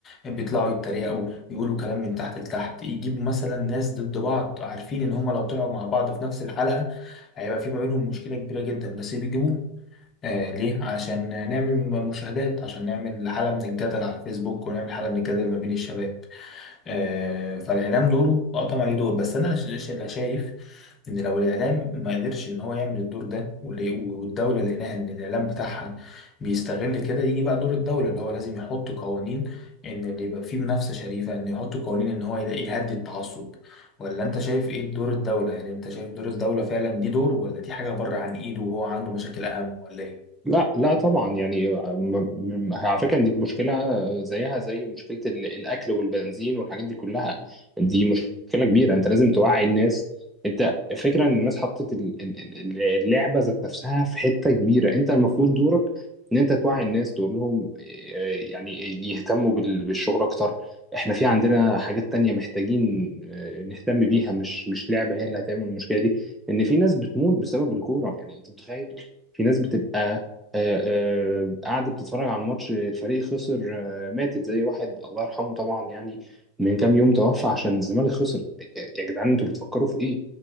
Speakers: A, on the left; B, in the centre.
A: بيطلعوا يتريقوا يقولوا كلام من تحت لتحت يجيبوا مثلا ناس ضد بعض عارفين ان هم لو طلعوا مع بعض في نفس الحلقة هيبقى في ما بينهم مشكلة كبيرة جدا بس بيجيبوه آه ليه؟ عشان نعمل مشاهدات عشان نعمل حالة من الجدل على الفيسبوك ونعمل حالة من الجدل ما بين الشباب آه، فالاعلام دوره اه طبعا ليه دور بس انا ش- ش- اللي شايف ان لو الاعلام ما قدرش ان هو يعمل الدور ده وال- والدوله لقيناها ان الاعلام بتاعها بيستغل كده يجي بقى دور الدوله اللي هو لازم يحط قوانين ان اللي يبقى فيه منافسه شريفه ان يحط قوانين ان هو يهدي التعصب ولا انت شايف ايه دور الدوله يعني انت شايف دور الدوله فعلا دي دور ولا دي حاجه بره عن ايده وهو عنده مشاكل اهم ولا ايه
B: لا لا طبعا يعني م- م- على فكره دي مشكله زيها زي مشكله ال- الاكل والبنزين والحاجات دي كلها دي مشكله كبيره انت لازم توعي الناس انت فكره ان الناس حطت ال- ال- ال- اللعبه ذات نفسها في حته كبيره انت المفروض دورك ان انت توعي الناس تقول لهم آه، يعني يهتموا بال- بالشغل اكتر احنا في عندنا حاجات تانية محتاجين آه، نهتم بيها مش مش لعبه هي اللي هتعمل المشكله دي ان في ناس بتموت بسبب الكوره يعني انت متخيل في ناس بتبقى آه، آه، قاعدة بتتفرج على الماتش الفريق خسر آه، ماتت زي واحد الله يرحمه طبعا يعني من كام يوم توفى عشان الزمالك خسر يا جدعان انتوا بتفكروا في ايه؟